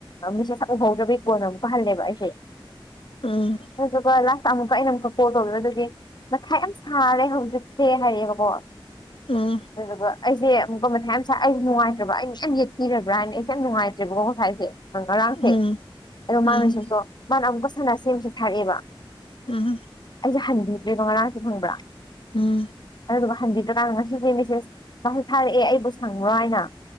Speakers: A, on the left; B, on the left.
A: ꯃꯤꯁꯦꯁ ꯊꯛ ꯎꯍꯧꯗ꯭ꯔꯕꯒꯤ ꯀꯣꯟꯅ ꯑꯃꯨꯛꯀ ꯍꯜꯂꯦꯕ ꯑꯩꯁꯦ
B: ꯎꯝ
A: ꯑꯗꯨꯒ ꯂꯥꯁꯇ ꯑꯃꯨꯛꯀ ꯑꯩꯅ ꯑꯃꯨꯛ ꯀꯣꯜ ꯇꯧꯋꯦ ꯑꯗꯨꯗꯤ ꯅꯁꯥꯏ ꯌꯥꯝ ꯁꯥꯔꯦ ꯍꯧꯖꯤꯛꯁꯦ ꯍꯥꯏꯔꯛꯑꯦꯕꯀꯣ <unintelligible>
B: ꯎꯝ
A: ꯑꯗꯨꯒ ꯑꯩꯁꯦ ꯑꯃꯨꯛꯀ ꯃꯊꯥꯏ ꯉꯁꯥꯏ ꯑꯩꯁꯨ ꯅꯨꯡꯉꯥꯏꯇ꯭ꯔꯕ ꯑꯩꯅ ꯌꯥꯝ ꯌꯦꯛꯄꯤ꯭ꯔꯥꯅ ꯑꯩꯁꯦ ꯌꯥꯝ ꯅꯨꯡꯉꯥꯏꯇ꯭ꯔꯦꯕꯀꯣ ꯉꯁꯥꯏꯁꯦ ꯑꯪ ꯉꯔꯥꯡꯁꯦ
B: ꯎꯝ
A: ꯑꯗꯣ
B: ꯎꯝ
A: ꯃꯥ ꯃꯦꯁꯦꯁꯇꯣ ꯃꯥꯅ ꯑꯃꯨꯛꯀ ꯁꯅꯥꯁꯦ ꯃꯦꯁꯦꯁ ꯊꯥꯔꯛꯑꯦꯕ
B: ꯎꯝ
A: ꯑꯩꯁꯦ ꯍꯟꯕꯤꯗ꯭ꯔꯦꯕꯥ ꯉꯔꯥꯡꯁꯦ ꯈꯪꯕ꯭ꯔꯥ
B: ꯎꯝ
A: ꯑꯗꯨꯗꯨꯒꯥ ꯍꯟꯕꯤꯗ꯭ꯔꯀꯥꯟꯗ ꯉꯁꯤꯁꯦ ꯃꯦꯁꯦꯁ <unintelligible> ꯊꯥꯔꯛꯑꯦ ꯑꯩꯕꯨ ꯁꯪꯕ꯭ꯔꯣ ꯍꯥꯏꯅ